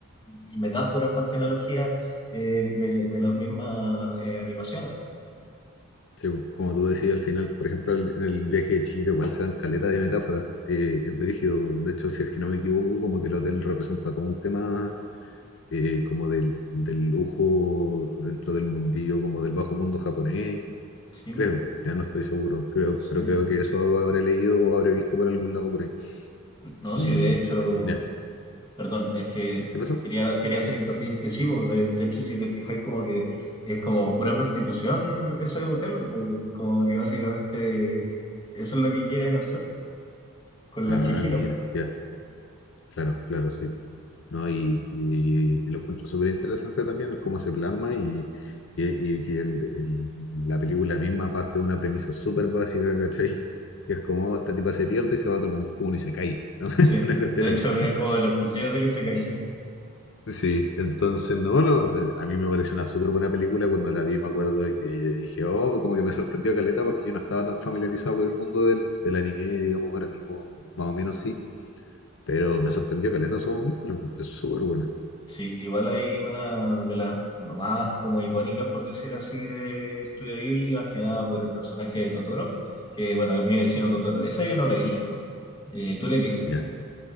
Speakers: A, on the left; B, on the left.
A: y- y metáforas más que analogías eh, de, de las mismas eh, animaciones.
B: sí, pues, como tú decías al final, por ejemplo, el- en el viaje de Chihiro igual se dan caleta de metáforas, eh, es brígido, de hecho, si es que no me equivoco, como que el hotel representa todo un tema eh, como del, del lujo dentro del mundillo, como del bajo mundo japonés,
A: Sí,
B: creo,
A: po,
B: ya no estoy seguro, creo,
A: sí.
B: pero creo que eso habré leído o habré visto por algún lado por ahí.
A: No,
B: Y
A: sí, de hecho,
B: mira,
A: perdón, es que
B: ¿qué pasó?
A: quería, quería hacer hincapié en que sí, po, de, de hecho, si te fijáis, como que es como pura prostitución ese hotel, po, como que básicamente eso es lo que quieren hacer con
B: Ah,
A: la Chihiro.
B: mira, ya, claro, claro, sí. No, y, y- y lo encuentro súper interesante también el cómo se plasma y, y- y que el- el- la película misma parte de una premisa súper básica, ¿cachai? Que es como esta tipa se pierde y se va a otro mundo, es como un isekai, ¿no? <laughs>
A: Sí,
B: Una cuestión
A: de
B: así.
A: hecho, es como de los principios del Isekai.
B: Sí, entonces no, no, eh, a mí me pareció una súper buena película cuando la vi, me acuerdo que dije, oh, como que me sorprendió Caleta porque yo no estaba tan familiarizado con el mundo del, del anime, digamos, ahora mismo más o menos sí, pero me sorprendió Caleta en su momento, la encontré súper buena,
A: Sí, igual hay una de las más como icónicas, por decir así, de Studio Ghibli, más que nada por el personaje de Totoro, que bueno, es mi vecino Totoro. Esa yo no la he visto. Eh, ¿tú la has visto?
B: ya.